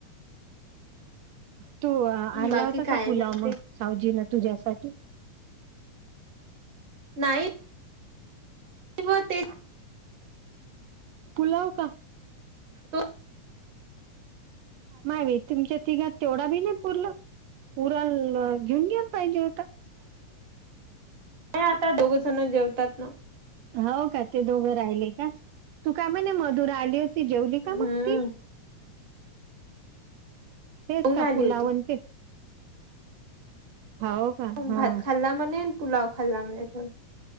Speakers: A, on the right; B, on the right.
A: तो आणला
B: हम्म बाकी
A: होता
B: काय
A: का पुलाव
B: म्हणते
A: मग सावजीन तुझ्यासाठी.
B: नाही. ब तेज <unintelligible>
A: पुुलाव का.
B: हो.
A: मावीच. तुमच्या तिघ तेवढा बी नाही पुरला पुरा घेऊन जाय पाहिजे होता
B: हे आता दोघ जण जेवतात ना
A: हो का ते दोघं राहिले का तू काय म्हणे मधुरा आली होती जेवली का
B: हम्म
A: मग त तेच
B: खाऊन
A: का
B: आली
A: पुूलावणचे
B: होती
A: हो का हा
B: भात खाल्ला म पुलाव खाल्ला म र